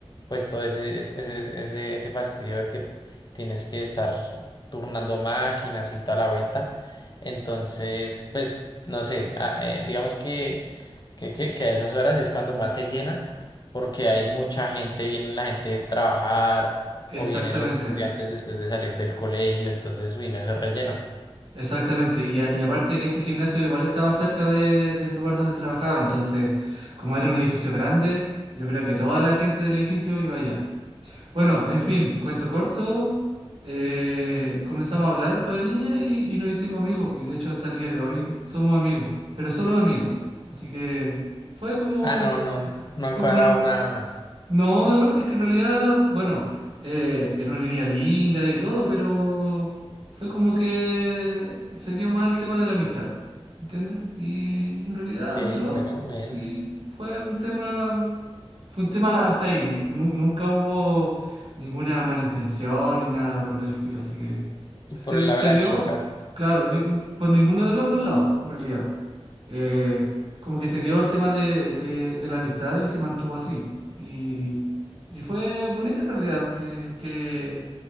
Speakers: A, on the left; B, on the right.
A: pues, todo ese, ese, ese, ese ese ese fastidio de que tienes que estar turnando máquinas y toda la vuelta. Entonces, pues, no sé, ah, eh, digamos que, que, que, que a esas horas es cuando más se llena porque hay mucha gente, viene la gente de trabajar
B: Exactamente,
A: o vienen los estudiantes después de salir del colegio, entonces, uy, no, eso es relleno.
B: exactamente. Y, a- y aparte que este gimnasio igual estaba cerca de- del lugar donde trabajaba, entonces como era un edificio grande, yo creo que toda la gente del edificio iba allá. Bueno, en fin, cuento corto, eh, comenzamos a hablar con la niña y, y nos hicimos amigos, y de hecho hasta el día de hoy somos amigos, pero solo amigos. Así que fue como,
A: Ah, no, no, no han
B: fue
A: cuadrado
B: como
A: nada más.
B: No, no, es que en realidad, bueno, eh, era una niña linda y todo, pero fue como que se dio más el tema de la amistad, ¿entiendes? Y en realidad
A: Ok,
B: duró
A: bueno, bien.
B: y fue un tema, fue un tema hasta ahí. Nu- nunca hubo ninguna malintención ni nada por el estilo, así que
A: Y
B: se,
A: por el lado
B: se
A: de la
B: dio,
A: chica.
B: claro, ni- por ninguno de los dos lados, en realidad. Eh, como que se dio el tema de, de- de la amistad y se mantuvo así. Y, y fue bonito en realidad que, que-